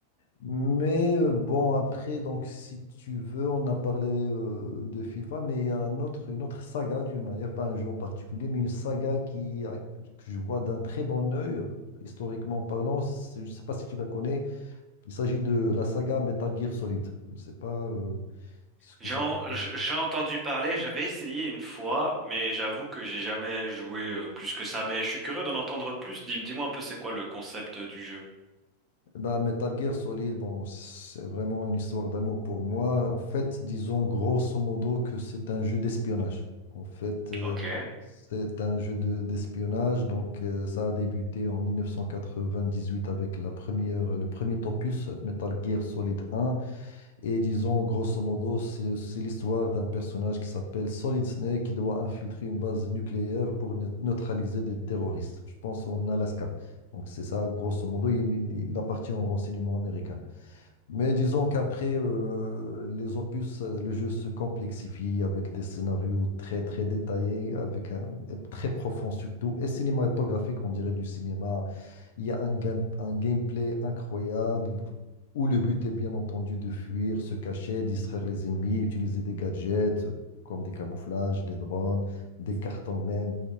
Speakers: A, on the left; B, on the right.
A: Mais euh, bon, après, donc, si tu veux, on a parlé euh, de FIFA, mais il y a un autre, une autre saga, d'une manière, pas un jeu en particulier, mais une saga qui, a- que je vois d'un très bon œil, euh, historiquement parlant. c'est- Je ne sais pas si tu la connais. Il s'agit de la saga Metal Gear Solid. Je ne sais pas euh, ce que
B: J'en-
A: ça peut
B: j- j'ai entendu parler, j'avais essayé une fois, mais j'avoue que j'ai jamais joué euh, plus que ça. Mais je suis curieux d'en entendre plus. Dis, dis-moi un peu c'est quoi le concept euh, du jeu.
A: Bah, Metal Gear Solid, bon, c'est vraiment une histoire d'amour pour moi. En fait, disons grosso modo que c'est un jeu d'espionnage. En fait, euh,
B: Ok,
A: c'est un jeu de- d'espionnage. donc, euh, ça a débuté en 1998 avec la première, le premier opus, Metal Gear Solid 1. Et disons, grosso modo, c'est c'est l'histoire d'un personnage qui s'appelle Solid Snake qui doit infiltrer une base nucléaire pour neu- neutraliser des terroristes, je pense en Alaska. Donc c'est ça, grosso modo, il, il- il appartient au renseignement américain. Mais disons qu'après euh, les opus, euh, le jeu se complexifie avec des scénarios très très détaillés, avec un, très profond surtout, et cinématographique, on dirait du cinéma il y a un, game- un gameplay incroyable où le but est bien entendu de fuir, se cacher, distraire les ennemis, utiliser des gadgets comme des camouflages, des drones, des cartons même.